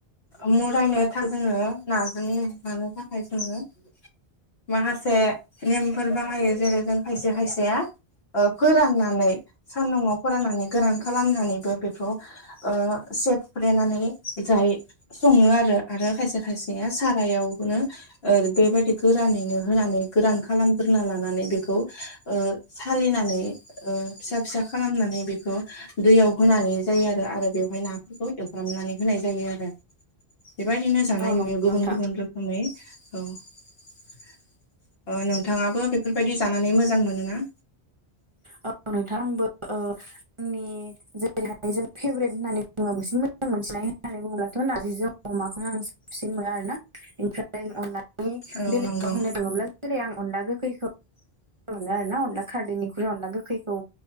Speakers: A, on the left; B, on the right.
A: मुरायनो थार जोङो नाजों नानो थाखाय जोङो माखासे नेमफोर बाहायो जेरै जों खायसे खायसेया फोराननानै सानदुंआव फोराननानै गोरान खालामनानैबो बेखौ ओ सेक फ्लेनानै जायो। सङो आरो आरो खायसे खायसेया सारायावनो ओ बेबायदि गोरानैनो होनानै गोरान खालामग्रोना लानानै बेखौ ओ सालिनानै ओ फिसा फिसा खालामनानै बेखौ दैयाव होनानै जायो आरो आरो बेवहाय नाफोरखौ एवफ्रामनानै होनाय जायो आरो बेबायदिनो जानाय
B: नंगौ
A: नुयो गुबुन
B: नोंथां
A: गुबुन रो खोमै‌ औ औ नोंथाङाबो बेफोरबायदि जाना नानै मोजां मोनोना?
B: औ नोंथां आंबो ओ। आंनि जेरैहाय जोंनि फेभरेट होननानै बुङोबा बांसिन मोजां मोननाय होननानै बुङोब्लाथ' नारजि जों अमाखौनो आं साबसिन मोनो आरोना ओमफ्राय अननानै
A: औ
B: बेलेगाव
A: नंगौ
B: होनो थाङोब्ला जेरै आं अनला गोखैखौ मोजां मोनो आरो ना अनला खारदैनिख्रुइ अनला गोखैखौ